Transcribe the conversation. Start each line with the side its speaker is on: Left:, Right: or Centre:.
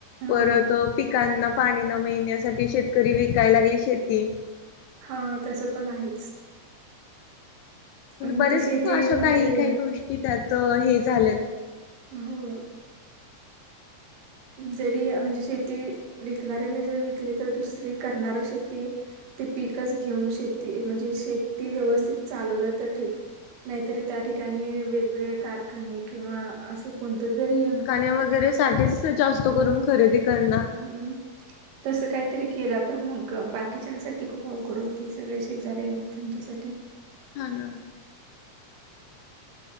Left: परत
Right: होय
Left: पिकांना पाणी न मिळण्यासाठी शेतकरी विकायला लागली शेती.
Right: हा तसं पण आहेच. आणि
Left: बरेच
Right: ती शेती
Left: अशा
Right: विकून
Left: काही,
Right: तरी
Left: काही गोष्टी त्यात हे झाल्यात.
Right: हो. <unintelligible> जरी म्हणजे शेती विकणाऱ्याने जर विकली, तर दुसरी करणार शेती- ते पीकच घेऊन शेती म्हणजे शेती व्यवस्थ- त चालवला तर ठिक, नाहीतरी त्या ठिकाणी वेगवेगळे कार- खाणे किंवा असं कोणतं तरी-
Left: ण्या वगैरे साठीच जास्त करून खरेदी करणार.
Right: हम्म, तसं काहीतरी केला तर, मग बाकीच्यासाठी खूप अवघड होते सगळे शेजारे आहेत त्यांच्यासाठी.
Left: हा ना.